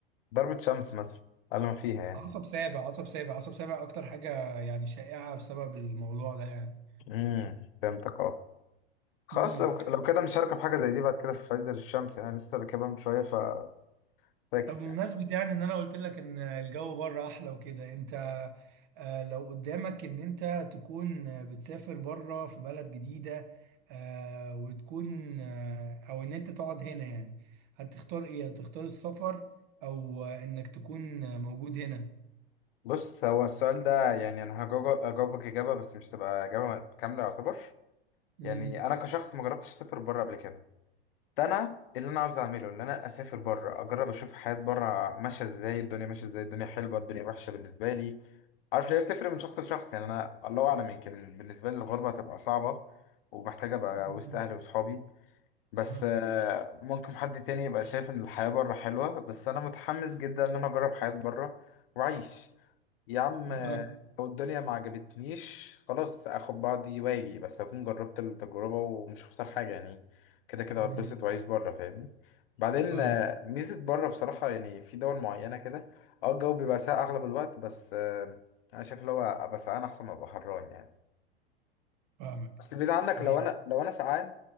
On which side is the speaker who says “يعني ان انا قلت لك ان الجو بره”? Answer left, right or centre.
Right